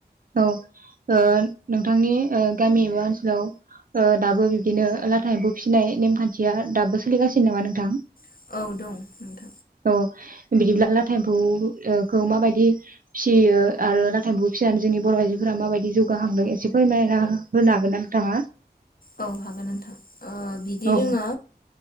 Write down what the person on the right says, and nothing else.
औ ओ नोंथांनि गामि एबा ओनसोलाव ओ दाबो बिब्दिनो लाथा एम्फौ फिसिनाय नेमखान्थिया दाबो सोलिगासिनो नामा नोंथां?
औ बिदिब्ला लाथा एम्फौ ओ खौ माबायदि फिसियो आरो लाथा एम्फौ फिसिनानै जोंनि बर' आइजोफोरा माबायदि जौगाखांदों एसे फोरमायना होनो हागोन ना नोंथाङा?
औ